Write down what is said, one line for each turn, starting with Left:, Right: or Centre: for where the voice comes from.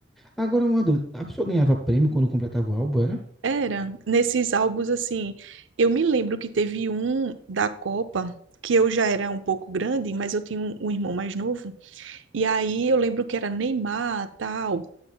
Centre: Agora uma dúvida. A pessoa ganhava prêmio quando completava o álbum, era?
Right: Era, nesses álbuns assim, eu me lembro que teve um da Copa, que eu já era um pouco grande, mas eu tinha um, um irmão mais novo, e aí eu lembro que era Neymar, tal,